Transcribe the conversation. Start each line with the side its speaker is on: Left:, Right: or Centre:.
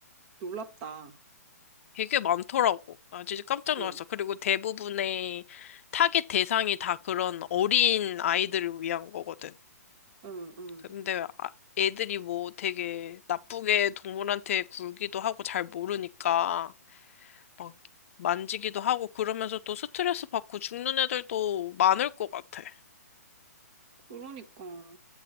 Right: 놀랍다.
Left: 되게 많더라고. 나 진짜 깜짝
Right: 응,
Left: 놀랐어. 그리고 대부분의 타겟 대상이 다 그런 어린 아이들을 위한 거거든.
Right: 응, 응.
Left: 근데 아- 애들이 뭐 되게 나쁘게 동물한테 굴기도 하고 잘 모르니까. 막 만지기도 하고 그러면서 또 스트레스 받고 죽는 애들도 많을 것 같아.
Right: 그러니까.